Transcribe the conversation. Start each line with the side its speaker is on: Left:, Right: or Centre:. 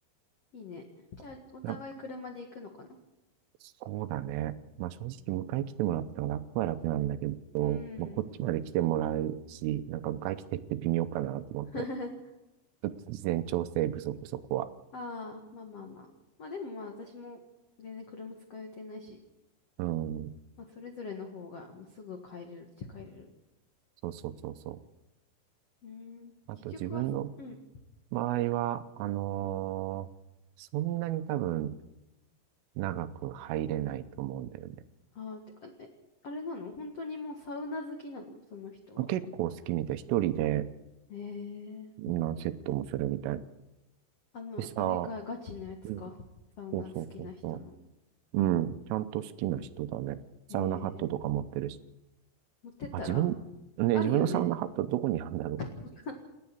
Left: いいね。じゃあ、お互い車で行くのかな
Right: な、そうだね。まあ、正直、迎え来てもらったら楽は楽なんだけど、
Left: うん。
Right: まあ、こっちまで来てもらうし、なんか迎え来てって微妙かなと思って。
Left: <laughs>
Right: ちょっと事前調整不足、そこは。
Left: ああ、まあまあまあ。まあでもまあ、私も全然車使う予定ないし、
Right: うん。
Left: まあ、それぞれの方が、まあ、すぐ帰れるっちゃ帰れる。
Right: そうそうそうそ
Left: うん。
Right: う。
Left: 結局は、
Right: あと自分の
Left: うん。
Right: 場合は、あのーそんなに多分長く入れないと思うんだよね。
Left: ああ、てか、え、あれなの本当にもうサウナ好きなのその人は。
Right: 結構好きみたい。一人で、
Left: へえ。
Right: 何セットもするみたい。
Left: あの、
Right: でさ、
Left: あれか、ガチのやつか。
Right: うん。
Left: サウナ好きな人の。
Right: そうそうそうそう。うん。ちゃんと好きな人だね。サウナハットとか持ってるし。
Left: へえ。持ってったら
Right: あ、自分、ね、
Left: あるよね。
Right: 自分のサウナハットどこにあるんだろ
Left: わかんな